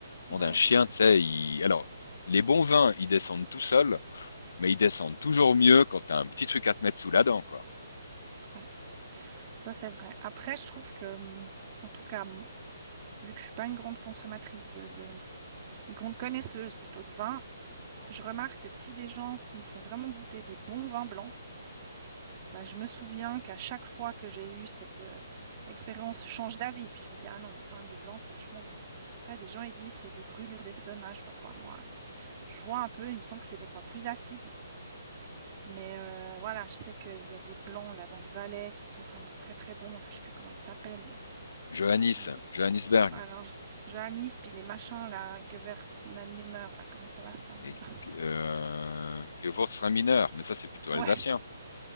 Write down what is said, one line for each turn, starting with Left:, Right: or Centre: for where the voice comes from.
Left: bon
Right: Ouais,
Left: d'un chien,
Right: il est bon.
Left: tu sais, il... alors, les bons vins, ils descendent tout seuls, mais ils descendent toujours mieux quand t'as un petit truc à te mettre sous la dent, quoi.
Right: Ouais, ça c'est vrai. Après, je trouve que, mmh, en tout cas, mon vu que je suis pas une grande consommatrice de de une grande connaisseuse plutôt de vin, je remarque que si des gens qui me font vraiment goûter des bons vins blancs, bah, je me souviens qu'à chaque fois que j'ai eu cette, heu, expérience, je change d'avis. Puis je me dis: «Ah non, mais quand même le blanc, c'est vachement bon». Après des gens, ils disent: «C'est des brûlures d'estomac», je sais pas quoi. Moi, je vois un peu, il me semble que c'est des fois plus acide, mais heu, voilà, je sais qu'il y a des blancs là dans le Valais qui sont vraiment très, très bons. Là, je sais plus comment ils s'appellent, mais
Left: Johannis,
Right: C'est
Left: Johannisberg.
Right: alors J- Johannis puis les machins là, Gewirtz, nanimer là, comment ça va ça
Left: Les
Right: déjà? <laughs>
Left: G- euh, Gewürztraminer, mais ça c'est plutôt alsacien.
Right: Ouais,